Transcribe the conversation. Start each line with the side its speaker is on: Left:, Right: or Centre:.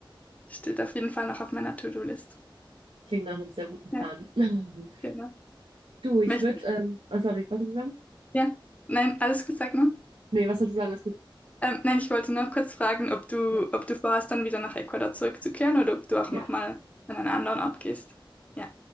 Left: steht auf jeden Fall noch auf meiner To-Do-List.
Right: Klingt nach einem sehr guten Plan.
Left: Ja,
Right: <laughs>
Left: genau.
Right: Du, ich
Left: Möcht
Right: würde, ähm, oh, sorry, was soll ich sagen?
Left: ja, nein, alles gut, sag nur.
Right: Nee, was soll ich sagen? Ist gut.
Left: Ähm, nein, ich wollte nur kurz fragen, ob du,
Right: Ja.
Left: ob du vorhast, dann wieder nach Ecuador zurückzukehren oder ob du auch
Right: Ja.
Left: nochmal an einen anderen Ort gehst. Ja.